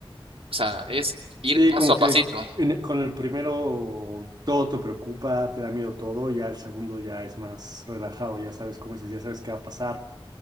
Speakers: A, on the right; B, on the right.
A: o sea, es
B: <laughs>
A: ir
B: sí,
A: paso
B: como
A: a
B: que
A: pasito.
B: en- con el primero todo te preocupa, te da miedo todo, ya el segundo ya es más relajado, ya sabes cómo dices, ya sabes qué va a pasar,